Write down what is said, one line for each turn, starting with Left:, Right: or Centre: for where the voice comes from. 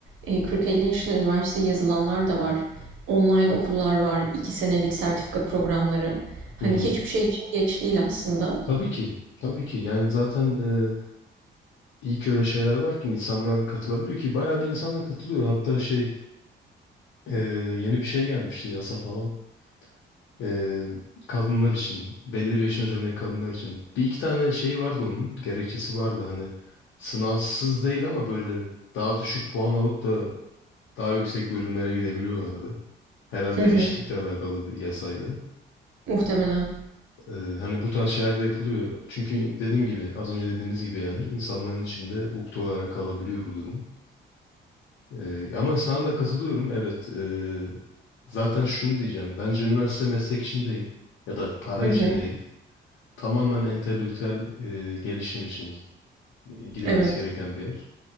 Right: eee, 40-50 yaşında üniversiteye yazılanlar da var. Online okullar var, 2 senelik sertifika programları. Hani
Left: Hı hı.
Right: hiçbir şey için geç değil aslında.
Left: Tabii ki. Tabii ki. Yani zaten e, iyi ki öyle şeyler var ki insanlar katılabiliyor ki bayağı bir insanla katılıyor. Hatta şey e, yeni bir şey gelmişti yasa falan. Ee, kadınlar için, belli bir yaşın üzerindeki kadınlar için. Bir iki tane şey vardı onun, gerekçesi vardı. Hani sınavsız değil ama böyle daha düşük puan alıp da daha yüksek bölümlere gidebiliyorlardı. Herhalde
Right: Hı hı,
Left: eşitlikle alakalı bir yasaydı.
Right: muhtemelen.
Left: Ee, hani bu tarz şeyler de yapılıyor. Çünkü dediğim gibi, az önce dediğimiz gibi yani insanların içinde ukde olarak kalabiliyor bu durum. Ee, ama sana da katılıyorum. Evet, e, zaten şunu diyeceğim. Bence üniversite meslek için değil ya da para
Right: Hı
Left: için
Right: hı,
Left: değil. tamamen entelektüel e, gelişim için e, gidilmesi
Right: evet.
Left: gereken bir yer.